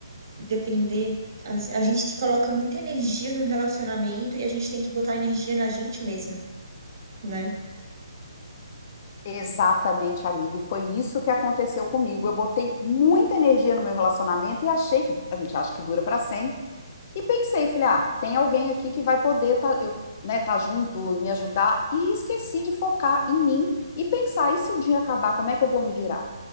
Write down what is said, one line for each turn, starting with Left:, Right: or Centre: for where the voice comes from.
Right: depender, a, a gente se coloca muita energia no relacionamento e a gente tem que botar energia na gente mesma, né?
Left: Exatamente, amiga. E foi isso que aconteceu comigo. Eu botei muita energia no meu relacionamento e achei que a gente acha que dura para sempre. E pensei, falei, ah, tem alguém aqui que vai poder tá, eu, né, tá junto e me ajudar. E esqueci de focar em mim e pensar, e se o dia acabar, como é que eu vou me virar?